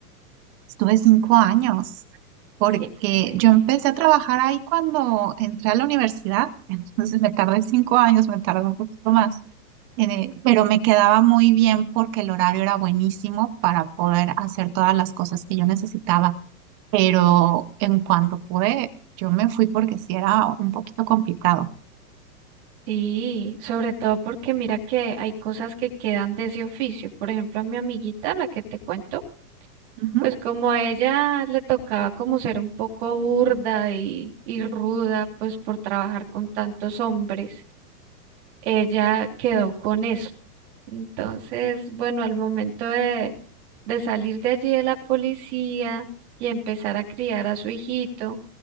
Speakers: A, on the right; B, on the right.
A: Estuve cinco años, porque
B: Sí. eh,
A: yo empecé a trabajar ahí cuando entré a la universidad, <laughs> entonces me tardé cinco años, me tardé un poquito más, eh, pero me quedaba muy bien porque el horario era buenísimo para poder hacer todas las cosas que yo necesitaba, pero en cuanto pude, yo me fui porque sí era un poquito complicado.
B: Sí, sobre todo porque mira que hay cosas que quedan de ese oficio. Por ejemplo, a mi amiguita, la que te cuento.
A: Ujú.
B: Pues como a ella le tocaba como ser un poco burda y, y ruda, pues por trabajar con tantos hombres, ella quedó con eso. Entonces, bueno, al momento de, de salir de allí de la policía y empezar a criar a su hijito